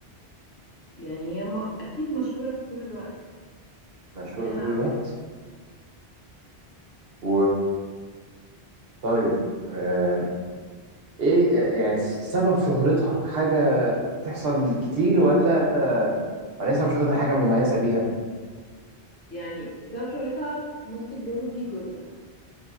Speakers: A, on the left; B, on the right.
A: يعني هي ما... اكيد مشهوره في طول الوقت
B: مشهورة
A: كلنا
B: طول
A: عارفينها
B: الوقت و طيب آه ايه آه، يعني س- سبب شهرتها حاجة بتحصل كتير ولا ولا هي سبب شهرتها حاجة مميزة بيها
A: يعني سبب شهرتها most probably جوزها